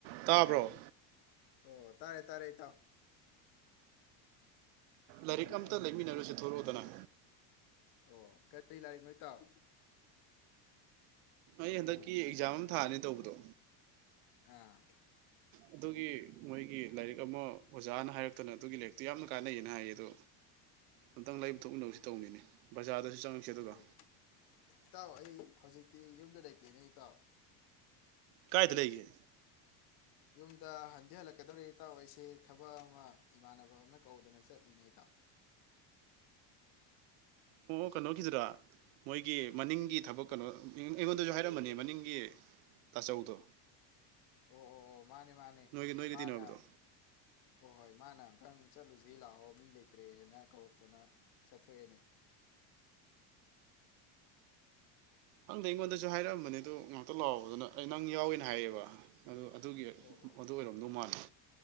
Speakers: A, on the right (about 65°); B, on the left (about 50°).
A: ꯇꯥꯕ꯭ꯔꯣ
B: ꯑꯣ ꯇꯥꯔꯦ ꯇꯥꯔꯦ ꯏꯇꯥꯎ
A: ꯂꯥꯏꯔꯤꯛ ꯑꯝꯇ ꯂꯩꯃꯤꯟꯅꯔꯨꯁꯤ ꯊꯣꯛꯂꯛꯑꯣꯗꯅ
B: ꯑꯣ ꯀꯔꯤ ꯂꯥꯏꯔꯤꯛ ꯅꯣ ꯇꯥꯎ
A: ꯑꯩ ꯍꯟꯗꯛꯀꯤ ꯑꯦꯛꯖꯥꯝ ꯑꯃ ꯊꯥꯔꯅꯤ ꯇꯧꯕꯗꯣ
B: ꯑꯥ
A: ꯑꯗꯨꯒꯤ ꯃꯣꯏꯒꯤ ꯂꯥꯏꯔꯤꯛ ꯑꯃ ꯑꯣꯖꯥꯅ ꯍꯥꯏꯔꯛꯇꯅ ꯑꯗꯨꯒꯤ ꯂꯥꯏꯔꯤꯛꯇꯨ ꯌꯥꯝꯅ ꯀꯥꯟꯅꯩꯌꯦꯅ ꯍꯥꯏꯌꯦ ꯑꯗꯣ ꯑꯨꯇꯪ ꯂꯩ ꯄꯨ ꯊꯣꯛꯃꯤꯟꯅꯕꯁꯤ ꯇꯧꯅꯤꯅꯦ ꯕꯖꯥꯔꯗꯁꯨ ꯆꯪꯉꯛꯁꯦ ꯑꯗꯨꯒ
B: ꯑꯦ ꯏꯇꯥꯎ ꯑꯩ ꯍꯧꯖꯤꯛ ꯏꯛꯇꯤ ꯌꯨꯝꯗ ꯂꯩꯀꯦꯅꯦ ꯏꯇꯥꯎ
A: ꯀꯥꯏꯗ ꯂꯩꯒꯦ
B: ꯌꯨꯝꯗ ꯍꯟꯗꯤ ꯍꯜꯂꯛꯀꯗꯧꯔꯤ ꯏꯇꯥꯎ ꯑꯩꯁꯦ ꯊꯕꯛ ꯑꯃ ꯏꯃꯥꯟꯅꯕ ꯑꯃꯅ ꯀꯧꯗꯅ ꯆꯠꯂꯤꯅꯦ ꯏꯇꯥꯎ
A: ꯑꯣ ꯑꯣ ꯀꯩꯅꯣꯒꯤꯗꯨꯔ ꯃꯣꯏꯒꯤ ꯃꯅꯤꯡꯒꯤ ꯊꯕꯛ ꯀꯩꯅꯣ ꯑꯩꯉꯣꯟꯗꯁꯨ ꯍꯥꯏꯔꯝꯕꯅꯦ ꯃꯅꯤꯡꯒꯤ ꯇꯥꯆꯧꯗꯣ
B: ꯑꯣ ꯑꯣ ꯑꯣ ꯃꯥꯅꯦ ꯃꯥꯅꯦ
A: ꯅꯣꯏꯒꯤ ꯅꯣꯏꯒ
B: ꯃꯥꯅ
A: ꯇꯤꯟꯅꯕꯗꯣ
B: ꯍꯣꯏ ꯍꯣꯏ ꯃꯥꯅ ꯑꯝꯇꯪ ꯆꯠꯂꯨꯁꯤ ꯂꯥꯛꯑꯣ ꯃꯤ ꯂꯩꯇ꯭ꯔꯦꯅ ꯀꯧꯔꯛꯇꯅ ꯆꯠꯊꯣꯛꯑꯦꯅꯦ
A: ꯑꯣ ꯑꯩꯉꯣꯟꯗꯁꯨ ꯍꯥꯏꯔꯛꯑꯝꯕꯅꯦ ꯗꯣ ꯉꯥꯛꯇꯥ ꯂꯛꯑꯣꯗꯅ ꯑꯩꯅ ꯅꯪ ꯌꯥꯎꯋꯦꯅ ꯍꯥꯏꯌꯦꯕ ꯑꯗꯨ ꯑꯗꯨꯒꯤ
B: ꯑꯣ ꯑꯣ
A: ꯑꯗꯨ ꯑꯣꯏꯔꯝꯗꯧ ꯃꯥꯜꯂꯦ